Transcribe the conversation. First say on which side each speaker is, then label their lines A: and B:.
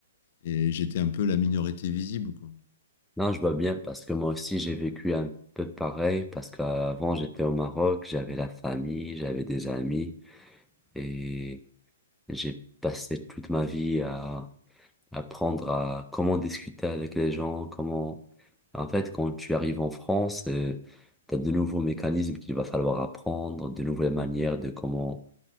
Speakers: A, on the left (about 50°); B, in the centre.
A: Et j'étais un peu la minorité visible quoi.
B: Non, je vois bien parce que moi aussi j'ai vécu un peu pareil parce qu'avant j'étais au Maroc, j'avais la famille, j'avais des amis et j'ai passé toute ma vie à apprendre à comment discuter avec les gens, comment... En fait, quand tu arrives en France, euh, t'as de nouveaux mécanismes qu'il va falloir apprendre, de nouvelles manières de comment